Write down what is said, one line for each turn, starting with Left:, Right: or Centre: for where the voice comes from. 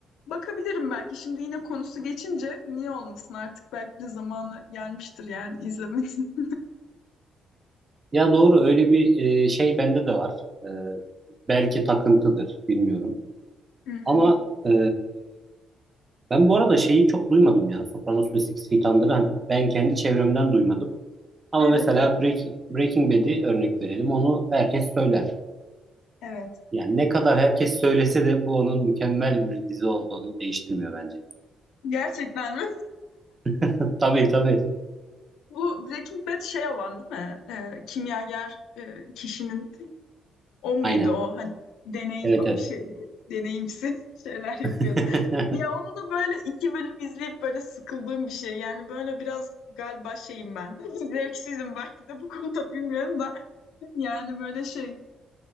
Left: Bakabilirim belki şimdi yine konusu geçince niye olmasın artık belki de zamanı gelmiştir yani izlemesin. <laughs>
Right: Ya doğru öyle bir e, şey bende de var. E, belki takıntıdır bilmiyorum.
Left: Hı hı.
Right: Ama e, ben bu arada şeyi çok duymadım ya. Sopranos ve Six Feet Under'ı hani ben kendi çevremden duymadım. Ama
Left: Öyle
Right: mesela
Left: mi?
Right: Breaking, Breaking Bad'i örnek verelim. Onu herkes söyler.
Left: Evet.
Right: Yani ne kadar herkes söylese de bu onun mükemmel bir dizi olduğunu değiştirmiyor bence.
Left: Gerçekten mi?
Right: <laughs> Tabii tabii.
Left: <laughs> Bu Breaking Bad şey olan değil mi? Ee, kimyager e, kişinin o muydu
Right: Aynen.
Left: o hani deney
Right: Evet
Left: fa-
Right: evet.
Left: bir şey deneyimsi <laughs> şeyler yapıyordu.
Right: <laughs>
Left: Ya onu da böyle iki bölüm izleyip böyle sıkıldığım bir şey. Yani böyle biraz galiba şeyim ben. <laughs> Zevksizim belki de bu konuda bilmiyorum da. Yani böyle şey